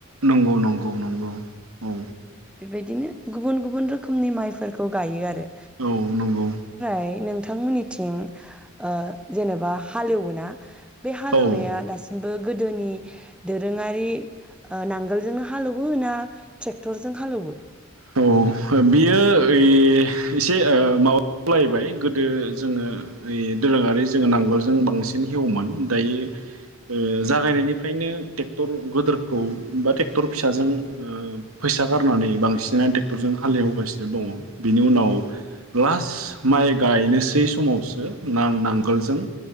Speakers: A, on the right; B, in the centre.
A: नंगौ नंगौ नंगौ औ।
B: बेबायदिनो गुबुन गुबुन रोखोमनि माइफोरखौ गायो आरो
A: औ नंगौ।
B: फाय नोंथांमोननिथिं ओ जेनेबा हालेवोना? बे हालोवनाया
A: औ औ
B: दासिम बो गोदोनि दोरोङारि ओ नांगोलजोंनो हालोवो ना ट्रेक्टरजों हालोवो?
A: औ बियो ओइ एसे ओ माबालायबाय गोदो जोङो ओइ दोरोङारि जोङो नांगोलजों बांसिन हेवोमोन दायो ओ जागायनायनिफ्रायनो ट्रेक्टर गोदोरखौ बा ट्रेक्टर फिसाजों फैसा गारनानै बांसिन। नो टेक्टरजों हालेवगासिनो दङ बिनि उनाव लास माइ गायनोसै स समावसो नां-नांगोलजों